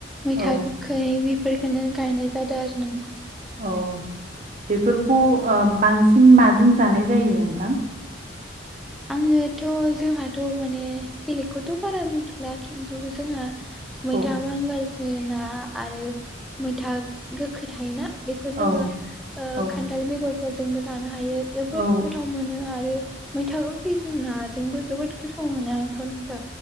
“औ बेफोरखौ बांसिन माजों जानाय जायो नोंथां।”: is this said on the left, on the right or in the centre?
Right